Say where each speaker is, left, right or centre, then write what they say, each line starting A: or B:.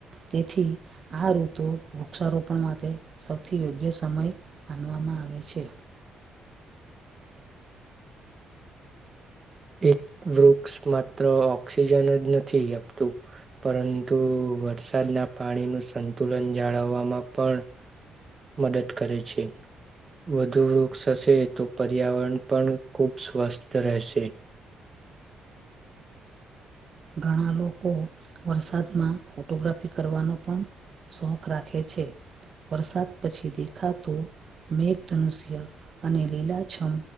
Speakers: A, on the right; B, on the right.
A: તેથી આ ઋતુ વૃક્ષારોપણ માટે સૌથી યોગ્ય સમય માનવામાં આવે છે.
B: એક વૃક્ષ માત્ર ઓક્સિજન જ નથી આપતું. પરંતુ વરસાદના પાણીનું સંતુલન જાળવવામાં પણ મદદ કરે છે. વધુ વૃક્ષ હશે, તો પર્યાવરણ પણ ખૂબ સ્વસ્થ રહેશે.
A: ઘણા લોકો વરસાદમાં ફોટોગ્રાફી કરવાનો પણ. શોખ રાખે છે. વરસાદ પછી દેખાતો, મેઘધનુષ્ય અને લીલાછમ.